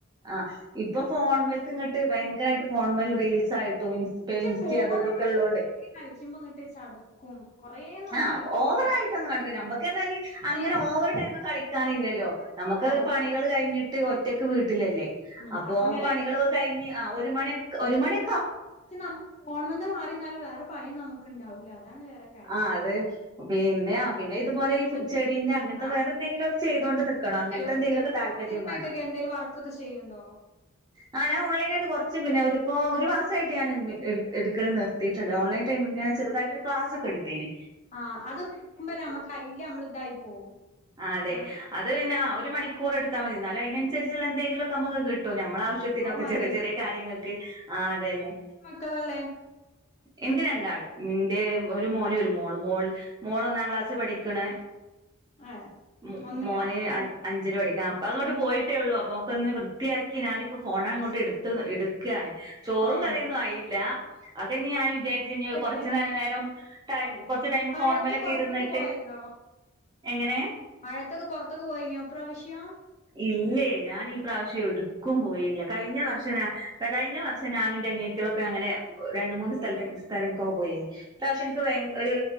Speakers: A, on the right; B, on the left.
A: ആഹ് ഇപ്പൊ ഫോൺൽക്ക്ങ്ങട്ട് ഭയങ്കരായിട്ട് ഫോൺമല് റീൽസ് ആയിട്ടും ഇപ്പൻസ്റ്റി
B: പക്ഷെ ഫോണ്
A: അതു തൊക്കെ ഇള്ളോണ്ടേ
B: കളിക്കുമ്പോ ഇങ്ങട്ട് ചടുക്കും കൊറേ നാൾ
A: ആഹ്
B: കളിക്കണെങ്കി
A: ഓവറയിട്ടൊന്നും കണൂല ഞമ്മക്ക് അർഞ്ഞാല് അങ്ങനെ
B: കൊറേ
A: ഓവർ ടൈമ് കളിക്കാനില്ലല്ലോ നമ ക്ക്
B: കൊറ
A: പണികൾ കഴിഞ്ഞിട്ട് ഒ റ്റക്ക് വീട്ടിലല്ലേ.
B: ഉം
A: അപ്പൊ
B: അപ്പ ഇങ്ങനെ
A: പണികളൊക്കെ കഴിഞ്ഞ് ആ ഒരു മണി ഒരു മണി
B: ക്ക് നമ്മള് ഫോൺമെന്ന് മാറിന്നാലും വേറെ പണിയൊന്നും നമുക്ക് ഉണ്ടാവൂല. അതാണ് വേറെ കാ
A: ആ അതെ പിന്നെ പിന്നെ ഇതുപോലെ ഈ ഫ് ചെടീന്റെ അങ്ങനത്തെ
B: ആഹ്
A: വേറെന്തെങ്കിലൊക്കെ ചെയ്തോണ്ട് നിക്കണം. അങ്ങനത്തെന്തേങ്കിലൊക്കെ
B: ഹലോ
A: താല്പര്യം
B: ഓൺലൈൻ ആയിട്ടൊക്കെ
A: വേണം.
B: എന്തേലും വർക്കൊക്കെ ചെയ്യ്ണ്ടോ
A: ആ ഞാൻ ഓൺലൈനായിട്ട് കൊറച്ച് പിന്നെ ഒര് പ്പൊ ഒരു മാസായിട്ട് ഞാൻ എടുക്കൽ നിർത്തീട്ട്ണ്ട്. ഓൺലൈൻ ടൈമ് ഇങ്ങെന ചെറതായിട്ടൊരു ക്ലാസ് ഒക്കെ എടുത്തീന്.
B: ആ അതൊക്കെ എടുക്കുമ്പ നമ്മക്കയില് നമ്മൾ ഇതായി പോവും.
A: ആ അതെ
B: ഏഹ്
A: അത് പിന്നെ ഒരു മണിക്കൂർ എടുത്താമതി ഇന്നാലും അയിനനുസരിച്ചുള്ള എന്തെങ്കിലൊക്കെ നമുക്ക് കിട്ടും ഞ മ്മളെ ആവശ്യത്തിനൊക്കെ
B: അത് മതിയല്ലോ
A: ചെറ്യ ചെറ്യ കാര്യങ്ങക്ക് ആ അതെന്നെ.
B: മക്കളാള്ളേ
A: എൻക്ക് രണ്ടാള്. ഇന്റെ ഒരു മോനും ഒരു മോളും മോൾ മോൾ ഒന്നാം ക്ലാസ് പഠി ക്ക്ണ്‌
B: ഏഹ്
A: മൊ
B: ഒന്നിലാ
A: മോന് അ അഞ്ചില് പഠിക്ക അപ്പ അങ്ങോട്ട് പോയിട്ടേ ഉള്ളൂ അപ്പൊക്കെ ഒന്ന് വൃത്തിയാക്കി ഞാന് പ്പൊ ഫോണങ്ങോട്ട്
B: അത് ശരി
A: എടുത്ത് എടുക്കാണ് ചോറും
B: ഏഹ്
A: കറിയൊന്നും ആയില്ലാ അതെ ഇനി ഞാൻ വിചാരിച്ച് ഇനി
B: വെറുതെ
A: കുറച്ച് നേരം ടൈം കൊറച്ച് ടൈമ്
B: മഴയത്ത്
A: ഫോൺമലൊക്കെ
B: പൊറത്തൊക്കെ
A: ഇരുന്നിട്ട്
B: പോയണ്ടോ
A: എങ്ങനെ
B: മഴത്തൊക്കെ പുറത്തൊക്കെ പോയിന്യോ ഇപ്രാവശ്യം?
A: ഇല്ലേ ഞാൻ ഈ പ്രാവശ്യം എവ്ടുക്കും പോയീല്ല. കഴിഞ്ഞ വർഷ ഞാ കഴിഞ്ഞ വർഷം ഞാന് അനിയത്തിയോളെക്കെ അങ്ങനെ രണ്ട് മൂന്ന് സ്ഥലത്ത് സ്ഥലക്കൊക്കെ പോയിന് ഇപ്രാവശ്യം ഇൻക്ക് ഭയ ഒരു